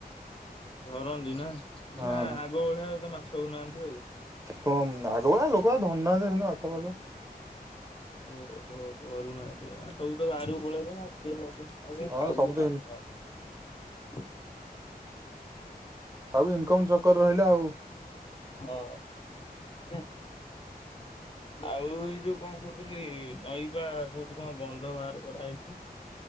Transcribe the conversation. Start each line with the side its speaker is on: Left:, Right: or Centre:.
Left: ଧରନ୍ତି ନା। ମାନେ
Right: ହଁ
Left: ଆ--ଆଗ ଭଳିଆ ଏତେ ମାଛ। ହଉନାହାନ୍ତି ଆଉ।
Right: ହଁମ୍ ଆଗ ଭଳିଆ ଲୋକ ଆଉ ଧରୁ ନାହାଁନ୍ତି ସେମତି ମାଛଫାଛ।
Left: ଓହୋ ଧରୁନାହାଁନ୍ତି ଆ ସବୁ ତ ବାହାରକୁ ପଳେଇଲେଣି, ଆଉ କିଏ ଧରିବ? ଆଉ କିଏ
Right: ହଁ
Left: ଖାଉ
Right: ସବୁ
Left: ବି
Right: ତ
Left: ନାହିଁ
Right: ଇନ
Left: ତ?
Right: ଆଉ ଇନକମ୍ ଚକରେ ରହିଲେ ଆଉ।
Left: ହଁ ଜ୍ଞା। ଆଉ ଏଇ ଯୋଉ କଣ କହୁଥିଲି ନଈବା କୋଉଠୁ କଣ ବନ୍ଧ ବାହାର କରାହେଇଛି